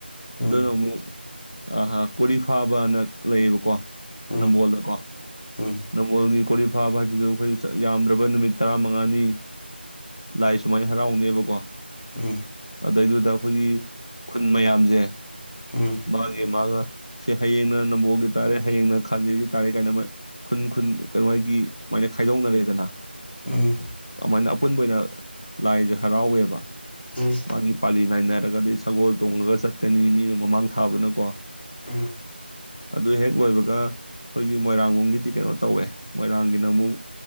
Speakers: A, on the left; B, on the left.
A: ꯎꯝ
B: ꯑꯗꯨꯅ ꯑꯃꯨꯛ ꯑꯍꯥ ꯀꯣꯔꯤ ꯐꯥꯕꯅ ꯂꯩꯌꯦꯕꯀꯣ
A: ꯎꯝ
B: ꯅꯝꯕꯣꯜꯗꯀꯣ
A: ꯎꯝ
B: ꯅꯝꯕꯣꯜꯅꯤ ꯀꯣꯔꯤ ꯐꯥꯕ ꯍꯥꯏꯖꯤꯗꯨ ꯑꯩꯈꯣꯏ ꯆꯠ ꯌꯥꯝꯗ꯭ꯔꯥꯕꯗ ꯅꯨꯃꯤꯠ ꯇꯔꯥ ꯃꯉꯥꯅꯤ ꯂꯥꯏ ꯁꯨꯃꯥꯏꯅ ꯍꯔꯥꯎꯅꯦꯕꯀꯣ
A: ꯎꯝ
B: ꯑꯗꯩꯗꯨꯗ ꯑꯩꯈꯣꯏꯒꯤ ꯈꯨꯟ ꯃꯌꯥꯝꯖꯦ
A: ꯎꯝ
B: ꯃꯥꯒꯤ ꯃꯥꯒ ꯁꯤ ꯍꯌꯦꯡꯅ ꯅꯝꯕꯣꯜꯒꯤ ꯇꯥꯔꯦ ꯍꯌꯦꯡꯅ ꯈꯥꯒꯤꯔꯤ ꯇꯥꯔꯦ ꯀꯥꯏꯅ ꯃꯣꯏ ꯈꯨꯟ-ꯈꯨꯟ ꯀꯩꯅꯣꯒꯤ ꯃꯥꯏꯅ ꯈꯥꯏꯗꯣꯛꯅꯔꯦꯗꯅ
A: ꯎꯝ
B: ꯑꯃꯥꯏꯅ ꯑꯄꯨꯟꯕ ꯑꯣꯏꯅ ꯂꯥꯏꯖꯦ ꯍꯔꯥꯎꯋꯦꯕ
A: ꯎꯝ
B: ꯃꯥꯒꯤ ꯄꯂꯤ ꯅꯥꯏꯅꯔꯒꯗꯤ ꯁꯒꯣꯜ ꯇꯣꯡꯉꯥꯒ ꯆꯠ ꯇꯅꯤ ꯃꯤꯅ ꯃꯃꯥꯡ ꯊꯥꯕꯅꯀꯣ
A: ꯎꯝ
B: ꯑꯗꯨ ꯍꯦꯛ ꯂꯣꯏꯕꯒ ꯑꯩꯈꯣꯏꯒꯤ ꯃꯣꯏꯔꯥꯡ ꯒꯤꯗꯤ ꯀꯩꯅꯣ ꯇꯧꯋꯦ ꯃꯣꯏꯔꯥꯡꯒꯤꯅ ꯃꯨꯛ